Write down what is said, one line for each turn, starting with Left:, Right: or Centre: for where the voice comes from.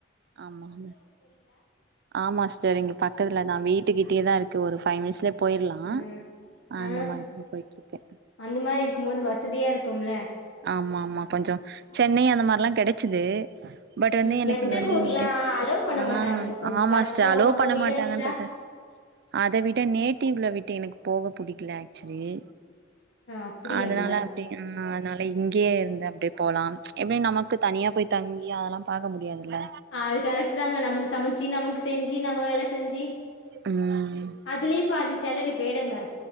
Right: ஆமாமா ஆமா சிஸ்டர் இங்க பக்கத்துலதா வீட்டுக்கிட்டயே தா இருக்கு ஒரு ஃபைவ் மினிட்ஸ்ல போயிரலா
Left: ம் ஆ
Right: அந்த மாதிரி தா போய்ட்டு இருக்கே
Left: அந்த மாரி இருக்கும் போது வசதியா இருக்கும்ல
Right: ஆமா ஆமா கொஞ்சம் சென்னை அந்த மாரில்லா கெடைச்சிது பட் வந்து
Left: ம்
Right: எனக்கு
Left: எட்டக்கூர்லா
Right: வந்து இங்க
Left: அலோ பண்ண
Right: ஆ
Left: மாட்டாங்க கொஞ்சோ
Right: ஆமா
Left: கஷ்டோ
Right: சிஸ்டர் அலோ
Left: நம்ம
Right: பண்ண
Left: வீடுன்னா
Right: மாட்டாங்கன்றத அத விட நேட்டிவ்ல விட்டு எனக்கு போக பிடிக்கல ஆக்சுவலி
Left: அப்டியா
Right: அதனால அப்படி ஆ அதனால இப்ப இங்கேயே இருந்து அப்டியே போலாம் எப்படி நமக்கு தனியா போய் தங்கி அதெல்லா பாக்க முடியாதுல்ல
Left: அது கரெக்ட்டு தாங்க நமக்கு சமச்சு நமக்கு செஞ்சு நம்ம வேல செஞ்சு
Right: ம்
Left: அதுலயே பாதி சேலரி பெய்டுங்க